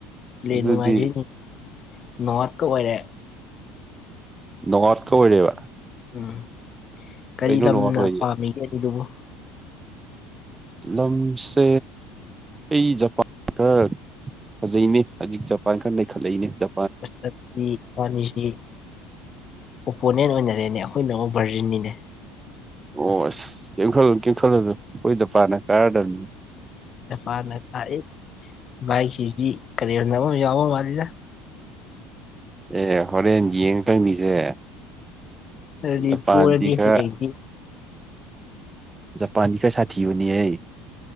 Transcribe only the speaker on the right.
ꯑꯗꯨꯗꯤ
ꯅꯣꯔꯠꯀ ꯑꯣꯏꯔꯦꯕ
ꯀꯩꯅꯣ
ꯅꯣꯡꯑꯥꯎꯠ ꯑꯣꯏꯔꯤꯁꯦ
ꯂꯝꯁꯦ ꯑꯩ ꯖꯄꯥꯟ ꯈꯔ ꯐꯖꯩꯅꯦ ꯍꯧꯖꯤꯛ ꯖꯄꯥꯟ ꯈꯔ ꯂꯩꯈꯠꯂꯛꯏꯅꯦꯖ
ꯑꯣ ꯑꯁ ꯀꯈ ꯀꯦꯝꯈꯠꯂ ꯑꯩꯈꯣꯏ ꯖꯄꯥꯟꯅ ꯀꯥꯔꯗꯕꯅꯤ
ꯑꯦ ꯍꯣꯔꯦꯟ ꯌꯦꯡꯉꯀꯪ ꯃꯤꯁꯦ
ꯗ ꯐꯥꯟꯒ
ꯖꯄꯥꯟꯀꯩ ꯁꯥꯊꯤ ꯍꯅꯤ ꯍꯩ